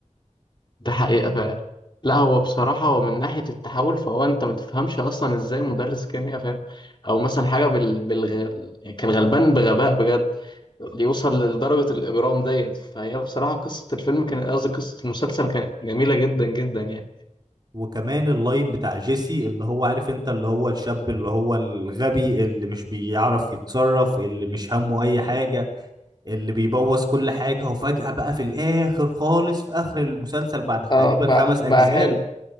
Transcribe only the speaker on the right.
وكمان اللاين بتاع جيسي اللي هو عارف انت اللي هو الشاب اللي هو الغبي اللي مش بيعرف يتصرف اللي مش همه اي حاجه اللي بيبوظ كل حاجه وفجاه بقى في الاخر خالص في اخر المسلسل بعد
تقريبا
خمس اجزاء